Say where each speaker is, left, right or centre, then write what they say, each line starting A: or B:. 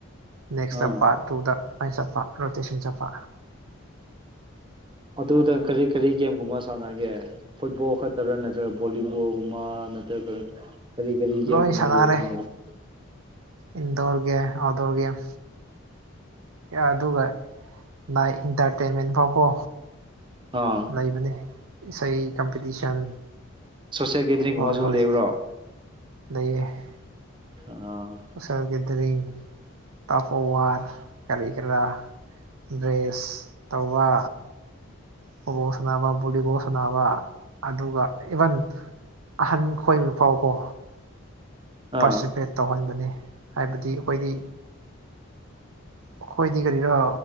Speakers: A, on the right; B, on the right.
A: ꯅꯦꯛꯁꯇ
B: ꯑꯥ
A: ꯄꯥꯔꯠ ꯇꯨꯗ ꯑꯩꯅ ꯆꯠꯄ ꯔꯣꯇꯦꯁꯟ ꯆꯠꯄ
B: ꯑꯗꯨꯗ ꯀꯔꯤ ꯀꯔꯤ ꯒꯦꯝꯒꯨꯝꯕ ꯁꯥꯟꯅꯒꯦ ꯐꯨꯠꯕꯣꯜ ꯈꯛꯇꯔꯥ ꯅꯠꯇ꯭ꯔꯒ ꯚꯣꯂꯤꯕꯣꯜꯒꯨꯝꯕ ꯅꯠꯇ꯭ꯔꯒ ꯀꯔꯤ ꯀꯔꯤ ꯒꯦꯝꯒꯨꯝꯕ
A: ꯂꯣꯏ ꯁꯥꯟꯅꯔꯦ
B: ꯌꯥꯎꯕꯅꯣꯕ
A: ꯏꯟꯗꯣꯔ ꯒꯦꯝ ꯑꯥꯎꯗꯣꯔ ꯒꯦꯝ ꯑꯗꯨꯒ ꯅꯥꯏꯠ ꯏꯟꯇꯔꯇꯦꯟꯃꯦꯟ ꯐꯥꯎꯀꯣ
B: ꯑꯥ
A: ꯂꯩꯕꯅꯤ ꯏꯁꯩ ꯀꯝꯄꯤꯇꯤꯁꯟ
B: ꯁꯣꯁꯌꯦ ꯒꯦꯗꯔꯤꯡꯒꯨꯝꯕꯁꯨ
A: ꯍꯣꯏ ꯍꯣꯏ
B: ꯂꯩꯕ꯭ꯔꯣ
A: <inaudible>
B: ꯑꯥ
A: ꯎꯦꯜꯒꯗꯔꯤꯡ ꯇꯄꯔ ꯀꯔꯤꯒꯔꯥ ꯗ꯭ꯔꯦꯁ ꯇꯧꯕ ꯐꯨꯠꯕꯣꯜ ꯁꯥꯟꯅꯕ ꯕꯣꯂꯤꯕꯣꯜ ꯁꯥꯟꯅꯕ ꯑꯗꯨꯒ ꯏꯚꯟ ꯑꯍꯟ ꯈꯣꯏ ꯐꯥꯎꯀꯣ ꯄꯁꯤ
B: ꯑꯥ
A: ꯐꯦꯠ ꯇꯧꯍꯟꯕꯅꯦ ꯍꯥꯏꯕꯗꯤ ꯑꯩꯈꯣꯏꯗꯤ ꯑꯩꯈꯣꯏꯗꯤ ꯀꯔꯤꯔ‌